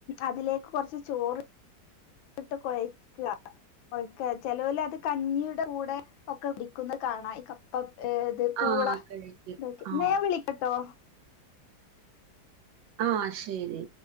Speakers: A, on the left; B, on the right.
A: അതിലേക്ക്‌ കൊറച്ച് ചോറ് ഇട്ട് കുഴക്കാ ഒഴിക്ക ചെലോല് അത് കഞ്ഞിയുടെ കൂടെ ഒക്കെ കുടിക്കുന്നത് കാണാം ഈ കപ്പ ഏഹ് ദേ പൂള
B: ആഹ് കഴിക്കും
A: <unintelligible>
B: ആഹ്
A: ഞാൻ വിളിക്കട്ടോ
B: ആഹ് ശരി